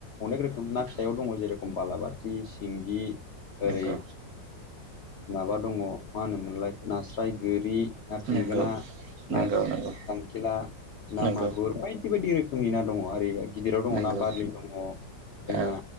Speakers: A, on the left (about 70°); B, on the right (about 65°).
A: अनेक रोखोम
B: औ नोंथां
A: ना फिसायाव दङ जेरखम बालाबाथि सिंगि
B: नंगौ।
A: ओरै माबा दङ मा होनोमोनलाय नास्राय गोरि ना थेंगोना
B: नंगौ
A: ना
B: नंगौ नंगौ
A: खांखेला ना
B: नंगौ
A: मा बायदि बायदि रोखोमनि ना दङ आरो गिदिराव दङ
B: नंगौ
A: ना बारलि दङ जोंहा
B: औ